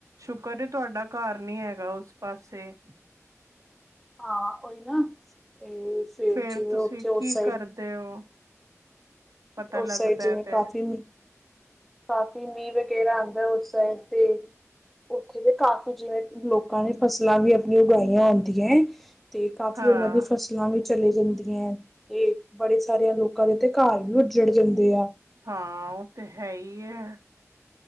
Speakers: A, on the right; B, in the centre.
A: ਸ਼ੁਕਰ ਐ, ਤੁਹਾਡਾ ਘਰ ਨੀ ਹੈਗਾ ਉਸ ਪਾਸੇ
B: ਹਾਂ ਉਹੀ ਨਾ, ਤੇ
A: ਫਿਰ
B: ਜਿਵੇਂ
A: ਤੁਸੀਂ
B: ਉੱਥੇ ਉਸ
A: ਕੀ
B: ਸਾਈਡ
A: ਕਰਦੇ ਓ ਪਤਾ
B: ਉਸ
A: ਲੱਗਦਾ
B: ਸਾਈਡ ਜਿਵੇਂ
A: ਤੇ
B: ਕਾਫੀ ਕਾਫੀ ਮੀਂਹ ਵਗੈਰਾ ਆਉਂਦਾ ਉਸ ਸਾਈਡ ਤੇ ਉੱਥੇ ਦੇ ਕਾਫ਼ੀ ਜਿਵੇਂ ਲੋਕਾਂ ਨੇ ਫਸਲਾਂ ਵੀ ਆਪਣੀਆਂ ਉਗਾਈਆਂ ਹੁੰਂਦੀਆਂ ਤੇ ਕਾਫੀ
A: ਹਾਂ।
B: ਉਹਨਾਂ ਦੀ ਫਸਲਾਂ ਵੀ ਚਲੇ ਜਾਂਦੀਆਂ ਏ, ਤੇ ਬੜੇ ਸਾਰੇ ਲੋਕਾਂ ਦੇ ਤੇ ਘਰ ਓ ਉੱਜੜ ਜਾਂਦੇ ਆ
A: ਹਾਂ ਉਹ ਤੇ ਹੈ ਹੀ ਹੈ